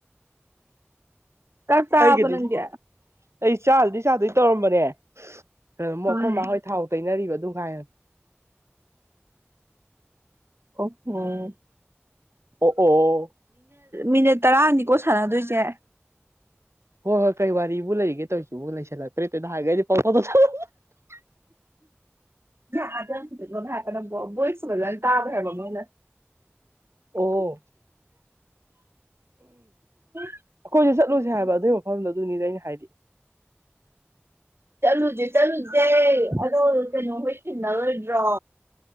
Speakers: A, on the right; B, on the right.
A: ꯆꯥꯛ ꯆꯥꯔꯕꯣ
B: ꯑꯩꯒꯤꯗꯤ
A: ꯅꯪꯗꯤ
B: ꯑꯩ ꯆꯥꯕꯨꯗꯤ ꯆꯥꯗꯣꯏ ꯇꯧꯔꯝꯕꯅꯦ ꯑꯃꯨꯛ
A: ꯎꯝ
B: ꯑꯈꯣ ꯃꯥꯍꯣꯏ ꯊꯥꯎ ꯇꯩꯅꯔꯤꯕ ꯑ ꯗꯨꯝ ꯈꯥꯏꯌꯣ
A: ꯑꯣ ꯎꯝ
B: ꯑꯣ ꯑꯣ
A: ꯃꯤꯅꯠ ꯇꯔꯥꯅꯤꯀꯣ ꯁꯥꯟꯅꯗꯣꯏꯁꯦ
B: ꯍꯣꯏ ꯍꯣꯏ ꯀꯩ ꯋꯥꯔꯤꯕꯨ ꯂꯩꯔꯤꯒꯦ ꯇꯧꯔꯤꯁꯤꯕꯨ ꯂꯩꯁꯜꯂꯛꯇ꯭ꯔꯦ ꯇꯗ ꯅꯍꯥꯟꯒꯩꯗꯤ ꯄꯥꯎ ꯐꯥꯎ ꯐꯥꯎ ꯁꯥꯟꯅ ꯍꯤ ꯍꯤ
A: <unintelligible> ꯅꯪꯕꯣ ꯕꯣꯏꯖ ꯐꯖꯅ ꯇꯥꯗ꯭ꯔꯦ ꯍꯥꯏꯕ ꯑꯃꯅ
B: ꯑꯣ
A: <unintelligible>
B: ꯑꯩꯈꯣꯏꯁꯨ ꯆꯠꯂꯨꯁꯦ ꯍꯥꯏꯕ ꯑꯗꯨ ꯃꯐꯝꯗ ꯑꯗꯨꯅꯤꯗ ꯑꯩꯅ ꯍꯥꯏꯗꯤ
A: ꯆꯠꯂꯨꯖꯦ ꯆꯠꯂꯨꯖꯦ ꯑꯗꯣ ꯀꯩꯅꯣ ꯍꯣꯏ ꯊꯤꯟꯅꯔꯣꯏꯗ꯭ꯔꯣ